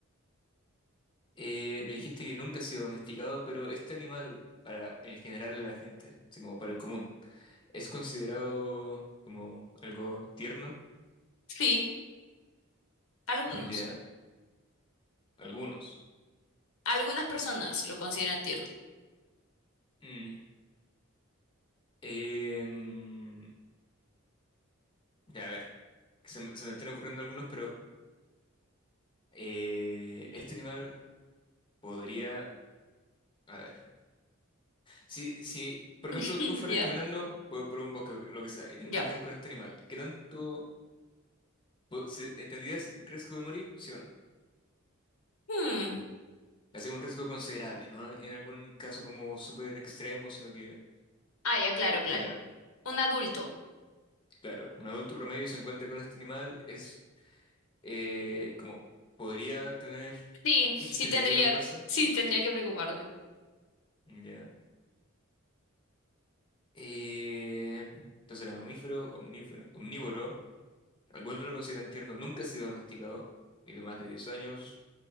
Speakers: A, on the left; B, on the left.
A: Eh, me dijiste que nunca ha sido domesticado, pero este animal, para el general de la gente, así como para el común, es considerado como algo tierno. <laughs>
B: Sí, algunos.
A: Ya, algunos.
B: Algunas personas lo consideran tierno.
A: Mm. Em, ya, a ver, que se, me se me están ocurriendo algunos, pero eh, este animal podría... A ver. Si, si, por
B: <laughs>
A: ejemplo, tú fueras
B: Ya,
A: caminando por, por un bosque o lo que sea y te encuentras
B: ya.
A: con este animal, ¿qué tanto po- se- eh, tendrías riesgo de morir? ¿Sí o no?
B: Hmm,
A: Hace un riesgo considerable, no en algún caso como súper extremo, sino que
B: Ah, ya, claro,
A: en
B: claro.
A: general.
B: Un adulto.
A: Claro, un adulto promedio se encuentra con este animal, es eh, como podría tener,
B: Sí,
A: <laughs>
B: sí
A: tendría
B: tendría,
A: que preocuparse.
B: sí tendría que preocuparme.
A: Ya. Eh, entonces era mamífero, omnífero- omnívoro. Algunos lo consideran tierno, nunca ha sido domesticado. Vive más de 10 años,